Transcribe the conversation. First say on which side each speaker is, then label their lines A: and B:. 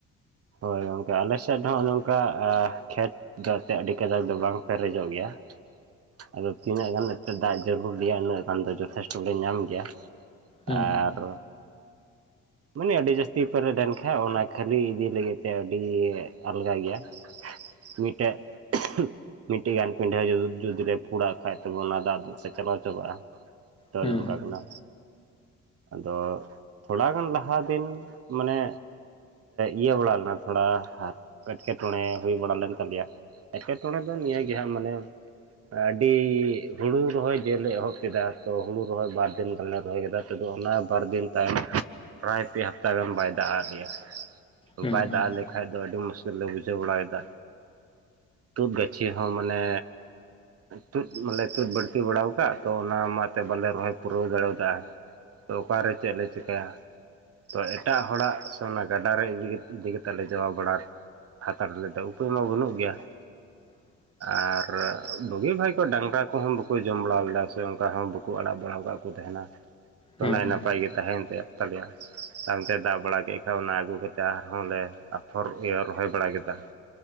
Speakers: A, on the right; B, on the left.
A: ᱦᱳᱭ ᱜᱚᱝᱠᱮ, ᱟᱞᱮᱥᱮᱫ ᱫᱚ ᱦᱚᱜ-ᱚ ᱱᱚᱝᱠᱟ ᱟ ᱠᱷᱮᱛ ᱫᱟᱜ ᱛᱮ ᱟᱹᱰᱤ ᱠᱟᱡᱟᱠ ᱫᱚ ᱵᱟᱝ ᱯᱮᱨᱮᱡᱚᱜ ᱜᱮᱭᱟ᱾ ᱟᱫᱚ ᱛᱤᱱᱟᱹᱜ ᱜᱟᱱ ᱮᱱᱛᱮᱫ ᱫᱟᱜ ᱡᱟᱹᱨᱩᱲ ᱜᱮᱭᱟ ᱩᱱᱟᱹᱜ ᱜᱟᱱ ᱫᱚ ᱡᱚᱛᱷᱮᱥᱴᱚ ᱞᱮ ᱧᱟᱢ ᱜᱮᱭᱟ᱾
B: ᱦᱩᱸ
A: ᱟᱨ ᱢᱟᱱᱮ ᱟᱹᱰᱤ ᱡᱟᱹᱥᱛᱤ ᱯᱮᱨᱮᱡ ᱞᱮᱱᱠᱷᱟᱡ ᱚᱱᱟ ᱠᱷᱟᱹᱞᱤ ᱤᱫᱤ ᱞᱟᱹᱜᱤᱫ ᱛᱮ ᱟᱹᱰᱤ ᱟᱞᱜᱟ ᱜᱮᱭᱟ᱾ ᱢᱤᱫᱴᱮᱡ᱾ <unintelligible> ᱢᱤᱫᱴᱮᱱ ᱜᱟᱱ ᱯᱤᱰᱷᱟᱹ ᱡᱩᱫᱤ ᱞᱮ ᱯᱷᱩᱲᱟᱜ ᱠᱷᱟᱡ ᱛᱚᱵᱮ ᱚᱱᱟ ᱫᱟᱜ ᱫᱚ ᱪᱟᱞᱟᱣ ᱪᱟᱵᱟᱜᱼᱟ ᱾ ᱛᱚ
B: ᱦᱩᱸ
A: ᱚᱱᱮ ᱚᱱᱝᱠᱟ ᱠᱟᱱᱟ ᱟᱫᱚ ᱛᱷᱚᱲᱟ ᱜᱟᱱ ᱞᱟ ᱦᱟ ᱫᱤᱱ ᱢᱟᱱᱮ ᱤᱭᱟᱹ ᱵᱟᱲᱟ ᱞᱮᱱᱟ ᱛᱷᱚᱲᱟ ᱟᱨ ᱮᱴᱠᱮᱴᱚᱬᱮ ᱦᱩᱭ ᱵᱟᱲᱟ ᱞᱮᱱ ᱛᱟᱞᱮᱭᱟ ᱮᱴᱠᱮᱴᱚᱬᱮ ᱫᱚ ᱱᱤᱭᱟᱹ ᱜᱮ ᱦᱟᱜ ᱢᱟᱱᱮ ᱟᱹᱰᱤ ᱦᱩᱲᱩ ᱨᱚᱦᱚᱭ ᱡᱮᱞᱮ ᱮᱦᱚᱵ ᱠᱮᱫᱟ ᱛᱚ ᱦᱩᱲᱩ ᱨᱚᱦᱚᱭ ᱵᱟᱨ ᱫᱤᱱ ᱜᱟᱱᱮ ᱨᱚᱦᱚᱭ ᱠᱮᱫᱟ ᱛᱫᱚ ᱚᱱᱟ ᱵᱟᱨᱫᱤᱱ ᱛᱟᱭᱚᱢ ᱯᱮᱨᱟᱭ ᱯᱮ ᱦᱟᱯᱛᱟ ᱜᱟᱱ ᱵᱟᱭ ᱫᱟᱜ ᱟ ᱞᱮᱭᱟ
B: ᱦᱩᱸ
A: ᱵᱟᱭ
B: ᱦᱩᱸ
A: ᱫᱟᱜ ᱟᱞᱮ ᱠᱷᱟᱡ ᱫᱚ ᱟᱹᱰᱤ ᱢᱩᱥᱠᱤᱞ ᱞᱮ ᱵᱩᱡᱷᱟᱹᱣ ᱵᱟᱲᱟᱭᱮᱫᱟ ᱛᱩᱫ ᱜᱟᱹᱪᱷᱤ ᱦᱚ ᱢᱟᱱᱮ ᱛᱩᱫ ᱢᱟᱱᱮ ᱛᱩᱫ ᱵᱟᱹᱲᱛᱤ ᱵᱟᱲᱟᱣ ᱟᱠᱟᱫ ᱛᱚ ᱚᱱᱟ ᱢᱟᱛᱮ ᱵᱟᱞᱮ ᱨᱚᱦᱚᱭ ᱯᱩᱨᱟᱹᱣ ᱫᱟᱲᱮᱣᱭᱟᱫᱟ ᱾ ᱛᱚ ᱚᱠᱟᱨᱮ ᱪᱮᱫ ᱞᱮ ᱪᱮᱤᱠᱟᱹᱭᱟ! ᱛᱚ ᱮᱴᱟᱜ ᱦᱚᱲᱟᱜ ᱥᱮ ᱚᱱᱟ ᱜᱟᱰᱟᱨᱮ ᱤ <unintelligible> ᱤᱫᱤ ᱠᱟᱛᱮᱫ ᱞᱮ ᱡᱟᱣᱟ ᱵᱟᱲᱟ ᱦᱟᱛᱟᱲ ᱞᱮᱫᱟ ᱩᱯᱟᱹᱭ ᱢᱟ ᱵᱟᱹᱱᱩᱜ ᱜᱮᱭᱟ ᱾
B: <inaudible>
A: ᱟᱨ ᱵᱩᱜᱤ ᱵᱷᱟᱭ ᱠᱚ ᱰᱟᱝᱨᱟ ᱠᱚᱦᱚ ᱵᱟᱠᱚ ᱡᱚᱢ ᱵᱟᱲᱟ ᱞᱮᱫᱟ ᱥᱮ ᱚᱱᱠᱟ ᱦᱚ ᱵᱟ ᱠᱚ ᱟᱲᱟᱜ ᱵᱟᱲᱟᱣ ᱟᱠᱟᱫ ᱠᱚ ᱛᱟᱦᱮᱱᱟ ᱛᱚ
B: ᱦᱩᱸ
A: ᱱᱟᱭ ᱱᱟᱯᱟᱭ
B: ᱦᱩᱸ
A: ᱜᱮ ᱛᱟᱦᱮᱱ ᱛᱟᱭ ᱛᱟᱞᱮᱭᱟ ᱾ ᱛᱟᱝᱛᱮ ᱫᱟ ᱵᱟᱲᱟ ᱠᱮᱫ ᱠᱷᱟᱡ ᱚᱱᱟ ᱟᱹᱜᱩ ᱠᱟᱛᱮᱫ ᱟᱨᱦᱚᱞ ᱞᱮ ᱟᱯᱷᱚᱨ ᱤᱭᱟᱹ ᱨᱚᱦᱚᱭ ᱵᱟᱲᱟ ᱠᱮᱫᱟ ᱾